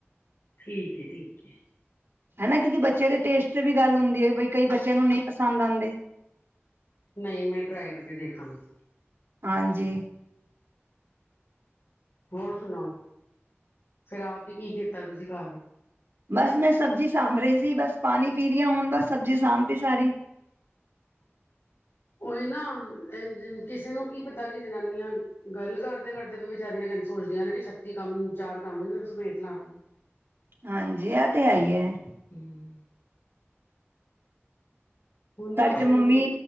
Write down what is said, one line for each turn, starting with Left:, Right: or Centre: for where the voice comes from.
Left: ਠੀਕ ਹੈ, ਠੀਕ ਹੈ।
Right: ਹਨਾ, ਕਿਉਂਕਿ ਬੱਚੇ ਦੇ ਟੇਸਟ ਤੇ ਵੀ ਗੱਲ ਹੁੰਦੀ ਹੈ, ਬਈ ਕਈ ਬੱਚਿਆਂ ਨੂੰ ਨਹੀਂ ਪਸੰਦ ਆਉਂਦੇ।
Left: ਤੁਸੀਂ ਆਡੀਓ ਫਾਈਲ ਭੇਜੀ ਨਹੀਂ।
Right: ਹਾਂਜੀ।
Left: ਹੋਰ ਸੁਣਾਓ, ਫਿਰ ਆ ਕੇ ਕੀ ਕੀਤਾ ਤੁਸੀਂ ਘਰ?
Right: ਬਸ ਮੈਂ ਸਬਜ਼ੀ ਸਾਂਭ ਰਹੀ ਸੀ, ਬਸ ਪਾਣੀ ਪੀ ਰਹੀ ਹਾਂ ਹੁਣ, ਬਸ ਸਬਜ਼ੀ ਸਾਂਭਤੀ ਸਾਰੀ।
Left: ਹੀ ਨਾ, ਕਿਸੇ ਨੂੰ ਕੀ ਪਤਾ ਕਿ ਜਨਾਨੀਆਂ। ਗੱਲ ਕਰਦੇ-ਕਰਦੇ ਵੀ ਵਿਚਾਰੀਆਂ ਇਹੀ ਸੋਚਦੀਆਂ ਨੇ ਕਿ ਛੇਤੀ ਕੰਮ ਚਾਰ ਕੰਮ ਨਿਪਟਾ ਲਾਂ ਆਪਣੇ।
Right: ਹਾਂਜੀ, ਆਹ ਤਾਂ ਹੈ ਹੀ ਹੈ।
Left: ਹੂੰ ਹੂੰ। ਹੁਣ
Right: ਤਾਡੀ
Left: ਨਾ
Right: ਤੇ
Left: ਮੈਨੂੰ
Right: ਮੰਮੀ